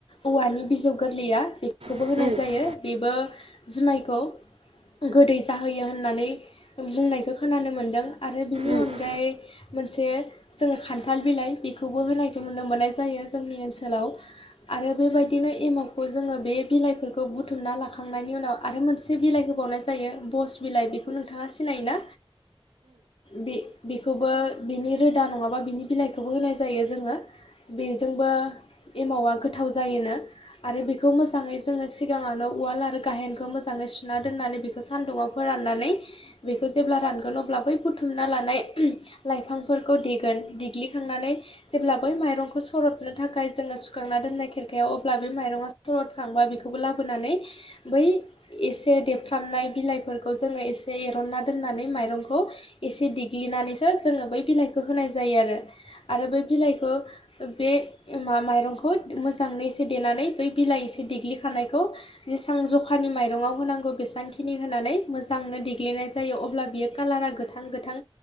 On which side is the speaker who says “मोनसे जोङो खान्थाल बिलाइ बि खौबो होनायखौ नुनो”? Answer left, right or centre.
Left